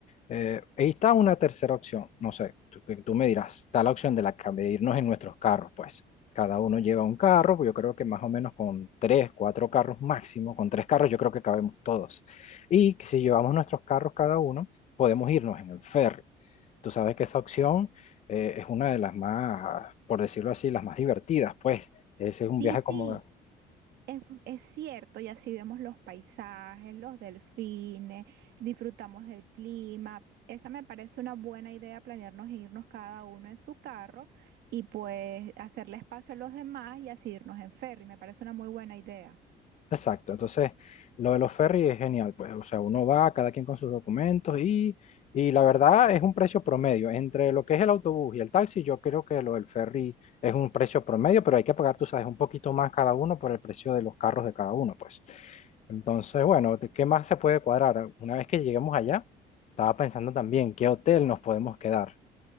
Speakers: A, on the left; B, on the right.
A: Eh, ahí está una tercera opción, no sé, tú, que tú me dirás, está la opción de, la, ca- de irnos en nuestros carros, pues. Cada uno lleva un carro, pues yo creo que más o menos con tres, cuatro carros máximo, con tres carros yo creo que cabemos todos. Y que si llevamos nuestros carros cada uno, podemos irnos en el ferry. Tú sabes que esa opción eh, es una de las más, por decirlo así, las más divertidas, pues. Ese es un
B: Sí,
A: viaje
B: sí,
A: como,
B: es, es cierto, y así vemos los paisajes, los delfines, disfrutamos del clima. Esa me parece una buena idea, planearnos irnos cada uno en su carro y pues hacerle espacio a los demás y así irnos en ferry. Me parece una muy buena idea.
A: Exacto, entonces lo de los ferries es genial, pues, o sea, uno va, cada quien con sus documentos y, y la verdad es un precio promedio. Entre lo que es el autobús y el taxi, yo creo que lo del ferry es un precio promedio, pero hay que pagar, tú sabes, un poquito más cada uno por el precio de los carros de cada uno, pues. Entonces, bueno, ¿de ¿qué más se puede cuadrar? Una vez que lleguemos allá, estaba pensando también qué hotel nos podemos quedar.